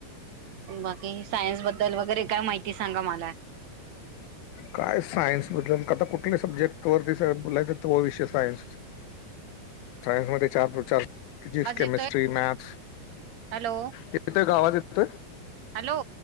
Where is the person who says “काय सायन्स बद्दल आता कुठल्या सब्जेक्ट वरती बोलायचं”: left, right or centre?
Left